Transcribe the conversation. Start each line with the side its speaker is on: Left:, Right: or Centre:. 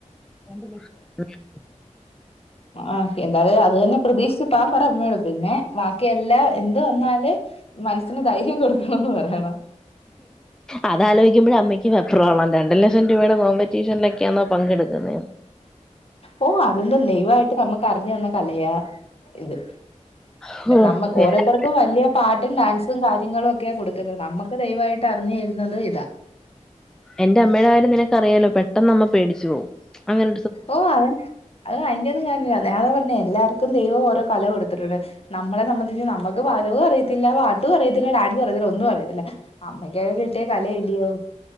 Centre: രണ്ട് ലക്ഷ <unintelligible>
Left: ആകിയതാ അത് തന്നെ പ്രതീക്ഷിച്ച് പാൻ പറ അമ്മയോട് പിന്നെ ബാക്കിയെല്ലാം എന്ത് വന്നാല് - പിന്നെ ധൈര്യം കൊടുക്കണംന്ന് പറയണം
Centre: അതലോചിക്കുമ്പോഴ അമ്മക്ക് വെപ്രാളം രണ്ട് ലക്ഷം രൂപയുടെ കോമ്പറ്റീഷനിലൊക്കെയാണൊ പങ്കെടുക്കുന്നെ
Left: ഓ അതൊന്നുമില്ലേ ദൈവമായിട്ട് നമുക്ക് അറിഞ്ഞ് തന്നെ - കലയാ ഇത്
Centre: ഹോ
Left: നമ്മ
Centre: പറ്റോ
Left: ഓരോരുത്തർക്കും വലിയ പാട്ട്- മും ഡാൻസും കാര്യങ്ങളും ഒക്കെയാണ് കൊടുക്കുന്നത് നമുക്ക് ദയവായിട്ട് അറിഞ്ഞു തരുന്നത് ഇതാ
Centre: എന്റെ അമ്മയുടെ കാര്യം നിനക്ക അറിയാലോ പെട്ടെന്ന് അമ്മ പേടിച്ചു പോവും അങ്ങനെ-
Left: ഓഹ് അവൻ അതിന്റെ ഒന്നും കാര്യമില്ല ഞാനതാ പറഞ്ഞെ എല്ലാർക്കും ദൈവം ഓരോ കല കൊടുത്തിട്ടുണ്ട് നമ്മളെ സംബന്ധിച്ച് നമുക്ക് പാചകവും അറിയത്തില്ല പാട്ടും അറിയത്തില്ല ഡാൻസും അറിയത്തില്ല ഒന്നും അറിയത്തില്ല അമ്മയ്ക്കൊക്കെ കിട്ടിയ കലയല്ലിയോ